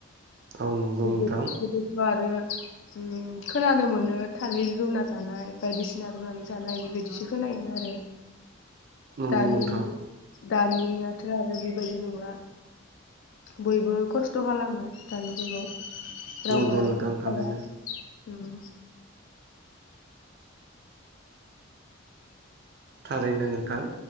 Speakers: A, on the right; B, on the left.
A: औ नंगौ
B: गोदो-गोदोथ'
A: नोंथां
B: आरो उम खोनानो मोनो थालिर रुना जानाय बायदिसिना रुनानै जानाय बेबायदिसो खोनायोमोन आरो।
A: नंगौ
B: दानि
A: नोंथां।
B: दानियाथ' आरो बेबायदि नंला। बयबो खस्थ' खालामो दानि जुगाव। रावबो
A: नोंगौ
B: राननानै
A: नोंथां थारैनो।
B: थाया उम।
A: थारैनो नोंथां